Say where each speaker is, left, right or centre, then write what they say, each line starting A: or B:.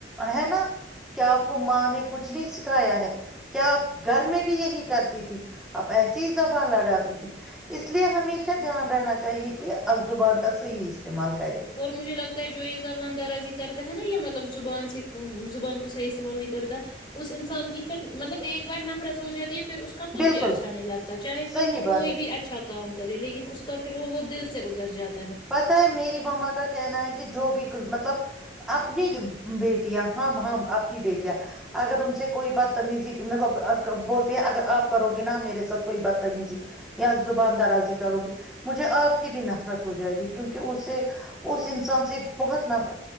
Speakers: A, in the centre; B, on the left.
A: ہے نا <unintelligible> <inaudible> کیا آپ کو ماں نے کچھ نہیں سکھایا ہے کیا آپ گھر میں بھی یہی کرتی تھی آپ ایسی ہی زبان لڑاتی تھی اس لیے ہمیشہ دھیان رہنا چاہیے کہ اب زبان کا صحیح استعمال کرے
B: اور مجھے لگتا ہے جو یہ زبان درازی کرتا ہے نا یا مطلب زبان سے زبان کو صحیح استعمال نہیں کرتا اس انسان کی پھر مطلب ایک بار نفرت ہو جاتی ہے پھر پھر اس کا کچھ
A: بالکل
B: بھی اچھا نہیں لگتا چاہے پھر
A: صحیح
B: وہ
A: بات
B: کوئی بھی اچھا کام کرے لیکن اس کا پھر وہ وہ دل سے سے اتر جاتا
A: پت ہے میری ماما کا کہنا ہے کہ جو بھی مطلب اپنی بیٹیاں ہم ہم آپ کی بیٹیاں اگر ان سے کوئی بدتمیزی مطلب بولتی ہے اگر آپ کرو گے نا میرے ساتھ کوئی بدتمیزی یا زبان درازی کرو گی مجھے آپ کی بھی نفرت ہو جائے گی کیونکہ اس سے اس انسان سے بہت ناف